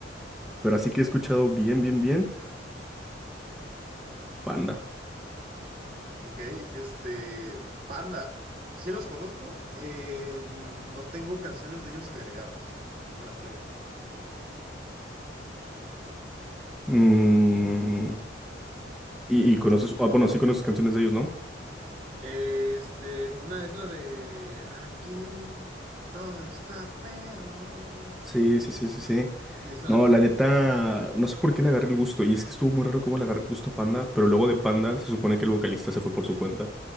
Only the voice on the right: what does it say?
Ok, este, Panda, sí los conozco, eh, no tengo canciones de ellos agregados en la playlist.
Este, una es la de Aquí todo está peor.
Sí, esa
la conozco.